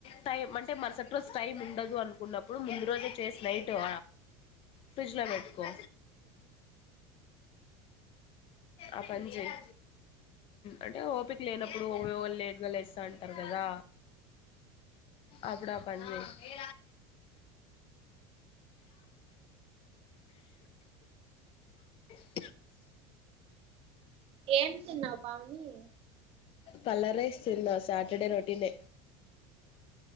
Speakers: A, on the left (about 45°); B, on the right (about 45°).
A: టై అంటే మరసటి స్ టైమ్ ఉండదు అనుకున్నప్పుడు ముందు రోజే చేసి నైట్ వ ఫ్రిడ్జ్ లో పెట్టుకో ఆ పని చేయ్ అంటే ఓపిక లేనప్పుడు వాళు లేట్గా లేస్తా అంటారు కదా అప్పుడు ఆ పని చేయి <unintelligible>
B: ఏమీ తిన్నావు పావని
A: పల్ల రైస్ తిన్నా సాటర్డే రొటీనే